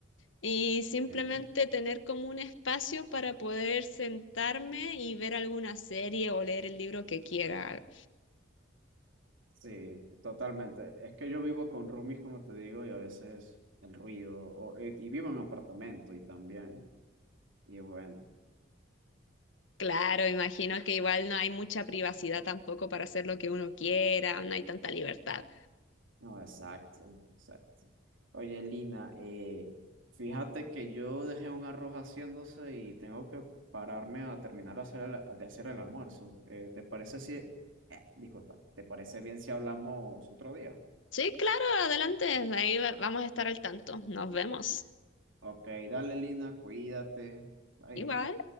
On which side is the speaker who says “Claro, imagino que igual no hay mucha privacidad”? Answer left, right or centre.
Left